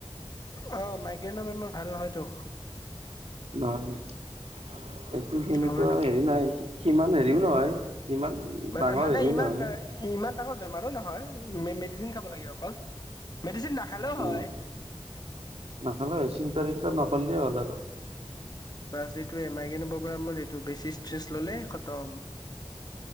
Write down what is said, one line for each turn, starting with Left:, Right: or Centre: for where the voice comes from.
Left: আহ মাইগ্ৰেনৰ বেমাৰ ভাল নহয়টো।
Right: নহয় নহয়। এইটো সেনেকুৱা
Left: নহয় ন
Right: হেৰি নাই। সিমান হেৰিও নহয়। ইমান
Left: মানে
Right: ডাঙৰ
Left: মানে
Right: হেৰিও
Left: ইমান
Right: নহয়
Left: ইমান ডাঙৰ বেমাৰো নহয়। মেডিচিন খাব লাগে অকল মেডিচিন- নাখালেও
Right: উম
Left: হয়
Right: নাখালে বেছি - <unintelligible> হ'ল আৰু
Left: যিটো এমাইগ্ৰেন <unintelligible> এইটো বেছি ষ্ট্ৰেচ ললে খতম।